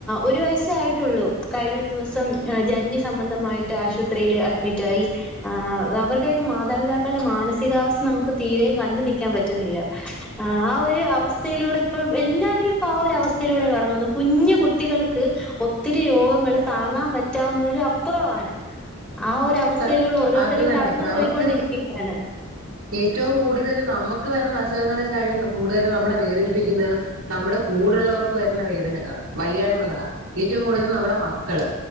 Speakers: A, in the centre; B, on the right (about 85°).
A: ഒരു വയസ്സേ ആയിട്ടുള്ളൂ കഴിഞ്ഞ ദിവസം ആ ജന്നിസംബന്ധമായിട്ട് ആശുപത്രില് അഡ്മിറ്റായി ആ അവര്ടെയൊക്കെ മാതാപിതാക്കളുടെ മാനസികാവസ്ഥ നമുക്ക് തീരേം കണ്ട് നിക്കാൻ പറ്റുന്നില്ല ആ ഒരു അവസ്ഥയിലൂടെ ഇപ്പ എല്ലാവരും പ്പൊ ആ ഒരു അവസ്ഥയിലൂടെ കടന്ന് പോകുന്നത് കുഞ്ഞ് കുട്ടികൾക്ക് ഒത്തിരി രോഗങ്ങള് താങ്ങാൻ പറ്റാവുന്നതിലും അപ്പുറവാണ് ആ ഒരവ
B: സ
A: വസ്ഥയിലുള്ള ഓരോരുത്തരും
B: അത് തന്നെ
A: കടന്നു
B: നമുക്ക്
A: പോയിക്കൊണ്ടിരിക്കുകയാണ്
B: ഏറ്റവും കൂടുതലും നമ്മക്ക് വെരുന്ന അസുഖങ്ങളെക്കാഴും കൂടുതല് നമ്മളെ വേദനിപ്പിക്കുന്ന നമ്മടെ കൂടെള്ളവർക്ക് വരുന്ന വേദന വയ്യാഴ്മകളാ ഏറ്റവും കൂടുതല് നമ്മടെ മക്കള്